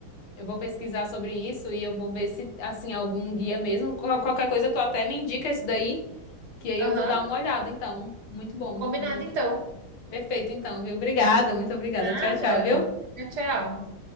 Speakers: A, on the left; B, on the right.
A: eu vou pesquisar sobre isso e eu vou ver se, assim, algum guia mesmo. Qual- Qualquer coisa tu até me indica esse daí, que aí
B: <laughs>
A: eu
B: Aham.
A: vou dar uma olhada, então. Muito bom,
B: Combinado,
A: muito
B: então.
A: perfeito, então, viu? Obrigada, muito obrigada.
B: Nada.
A: Tchau, tchau, viu?
B: Tchau, tchau.